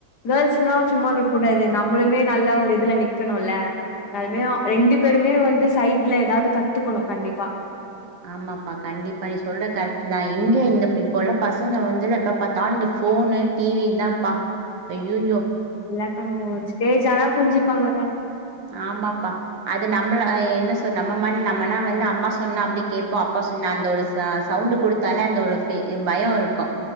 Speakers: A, on the left (about 60°); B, on the right (about 70°).
A: கேர்ள்ஸுன்னா சும்மானுக் கூடாது நம்பளுமே நல்லா ஒரு இதுல நிக்கணுல்ல அனாலுமே அ ரெண்டு பேருமே வந்து சைட்ல ஏதாவ்து கத்துக்கொணு கண்டிப்பா
B: ஆமாப்பா கண்டிப்பா நீ சொல்ற கரெக்ட்டுதா எங்க இந்தப் இப்போல்லா பசங்க வந்துல எப்பப் பாத்தாலு இந்த ஃபோனு டிவி தாம்ப்பா ஐயோயோ
A: இல்லக்கா ஒரு ஸ்டேஜ் ஆனா புரிஞ்சிப்பாங்க அக்கா
B: ஆமாப்பா அது நம்மள என்ன சொ நம்ம நம்மனா வந்து அம்மா சொன்னா அப்படி கேட்போம் அப்பா சொன்னா அந்த ஒரு ச சவுண்ட் கொடுத்தாலே அந்த ஒரு பயம் இருக்கும்